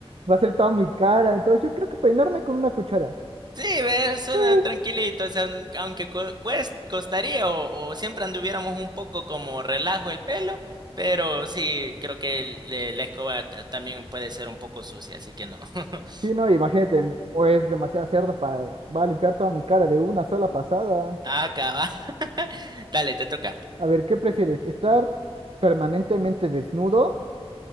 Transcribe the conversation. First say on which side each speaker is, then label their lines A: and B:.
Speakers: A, on the right (about 65°); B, on the right (about 40°).
A: Va a ser toda mi cara. Entonces yo creo que peinarme con una cuchara.
B: Sí, ve, suena
A: Sí,
B: tranquilito, o sea, n- aunque cu- cuest- costaría o, o siempre anduviéramos un poco como relajo el pelo, pero sí, creo que el- le- la escoba ta- también puede ser un poco sucia, así que no. <laughs>
A: Sí, no, imagínate, n- o es demasiado cerdo para... Va a limpiar toda mi cara de una sola pasada.
B: Acaba. <laughs> Dale, te toca.
A: A ver, ¿qué prefieres? ¿Estar permanentemente desnudo?